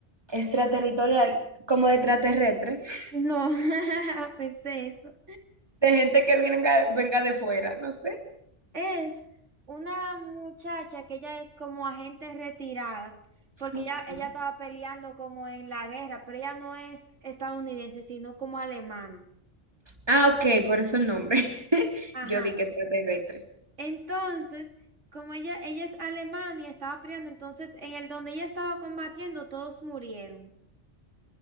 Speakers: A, on the right; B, on the right.
A: Extraterritorial, como de extraterrestre, <laughs>
B: No, <laughs> pensé eso.
A: de gente que venga, venga de fuera, no sé.
B: Es una muchacha que ella es como agente retirada, porque
A: Ok.
B: ella, ella estaba peleando como en la guerra, pero ella no es estadounidense, sino como alemana.
A: Ah, ok, por eso el nombre. <laughs>
B: Ajá.
A: Yo di que extraterrestre.
B: Entonces, como ella, ella es alemana y estaba peleando, entonces en el donde ella estaba combatiendo, todos murieron.